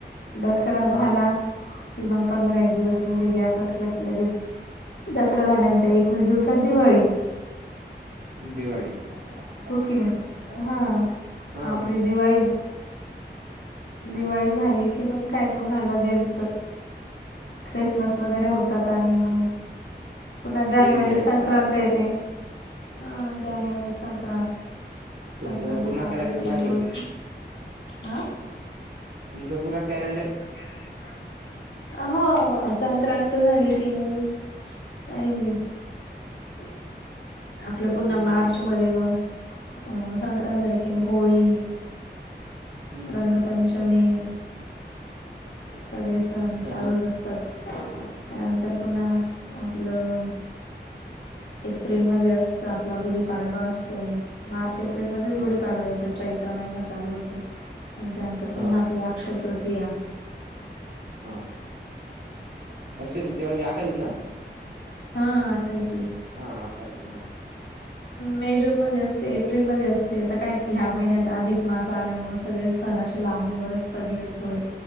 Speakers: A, on the left (about 85°); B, on the right (about 80°).
A: दस रा
B: हा
A: झाला, की मग पंधरा एक दिवस मध्ये गॅप असला की लगेच दसरा झाल्यानंतर एकवीस दिवसात दिवाळी.
B: दिवाळी <unintelligible>
A: हो की नाही हा
B: हां
A: आपली
B: <unintelligible>
A: दिवाळी दिवाळी झाली की मग काय पुन्हा लगेच ख्रिसमस वगैरे होतात आणि म, पुन्हा जानेवारीत
B: एक जानेवारी
A: संक्रांत येते. हा जानेवारी स संक्रांत,
B: तुमचा
A: संक्रांतीत
B: तर पूर्ण
A: आपलं
B: कॅलेंडर
A: तिळगुळ,
B: पाठ आहे
A: आं.
B: तुमचा पुरा कॉरल
A: तुमचा कॅरल लई पाठ म्हणलं. आ हो संक्रांत झाली की मग, काय नाही. <inaudible> आपलं पुन्हा
B: हम्म
A: मार्च मध्ये मग अं संक्रांत झाले. की मग होळी,
B: हम्म
A: रंगपंचमी सगळे सण
B: हा
A: चालूच असतात. त्यानंतर पुन्हा आपलं एप्रिलमध्ये असतं. आपला गुढी पाडवा असतो. मार्च एप्रिल मध्येच
B: हा
A: गुढी पाडवा येतो. चै त्र महिना चालू होतो. आणि त्यानंतर पुन्हा
B: हा
A: आपली अक्षय तृतीया.
B: हां अक्षय तृतीया म्हणजे आखाजी ना!
A: हां आखाजी
B: हां आखाजी हा <inaudible>
A: मे जून मध्ये असते. एप्रिलमध्ये असते. आता काय ह्या महिन्यात अधिक मास आल्यामुळे सगळे सण असे. लामणीवरच पडले. थोडे